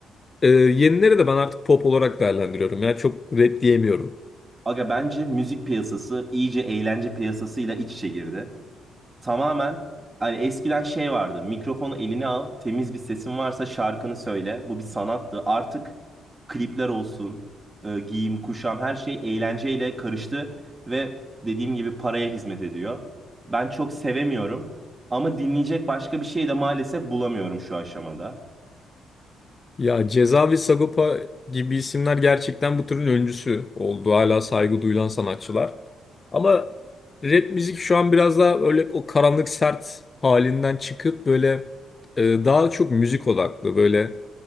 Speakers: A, on the left (about 35°); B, on the right (about 25°).
A: e, yenilere de ben artık pop olarak değerlendiriyorum. Yani çok rap diyemiyorum.
B: Aga bence müzik piyasası iyice eğlence piyasasıyla iç içe girdi. Tamamen hani eskiden şey vardı. Mikrofonu eline al, temiz bir sesin varsa şarkını söyle. Bu bir sanattı. Artık klipler olsun, e, giyim, kuşam her şey eğlenceyle karıştı ve dediğim gibi paraya hizmet ediyor. Ben çok sevemiyorum ama dinleyecek başka bir şey de maalesef bulamıyorum şu aşamada.
A: Ya Ceza ve Sagopa gibi isimler gerçekten bu türün öncüsü oldu. Hala saygı duyulan sanatçılar. Ama rap müzik şu an biraz daha öyle o karanlık sert halinden çıkıp böyle e, daha çok müzik odaklı, böyle